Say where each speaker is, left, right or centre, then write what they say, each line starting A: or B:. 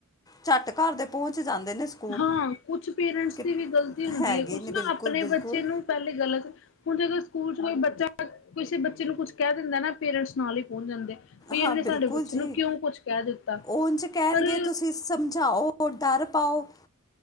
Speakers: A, on the left; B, on the left.
A: ਝੱਟ ਘਰ ਦੇ ਪਹੁੰਚ ਜਾਂਦੇ ਨੇ ਸਕੂਲ
B: ਹਾਂ ਕੁਛ ਪੇਰੈਂਟਸ
A: ਕਿ
B: ਦੀ ਵੀ ਗ਼ਲਤੀ ਹੁੰਦੀ
A: ਹੈਗੇ
B: ਹੈ ਕੁਛ
A: ਨੇ
B: ਨਾ
A: ਬਿਲਕੁਲ
B: ਆਪਣੇ
A: ਬਿਲਕੁਲ
B: ਬੱਚੇ ਨੂੰ ਪਹਿਲੇ ਗਲਤ ਹੁਣ ਜੇਕਰ ਸਕੂਲ ਚ ਕੋਈ ਬੱਚਾ ਕਿਸੇ ਬੱਚੇ ਨੂੰ ਕੁਛ ਕਹਿ ਦਿੰਦਾ ਨਾ ਪੇਰੈਂਟਸ ਨਾਲ ਹੀ ਪਹੁੰਚ ਜਾਂਦੇ ਵੀ
A: ਹਾਂ
B: ਇਹਨੇ
A: ਬਿਲਕੁਲ
B: ਸਾਡੇ ਬੱਚੇ
A: ਜੀ
B: ਨੂੰ ਕਿਉਂ ਕੁਛ ਕਹਿ ਦਿੱਤਾ
A: ਉੰਝ ਕਹਿਣਗੇ
B: ਪਰ
A: ਤੁਸੀਂ ਸਮਝਾਓਦ ਪਾਓ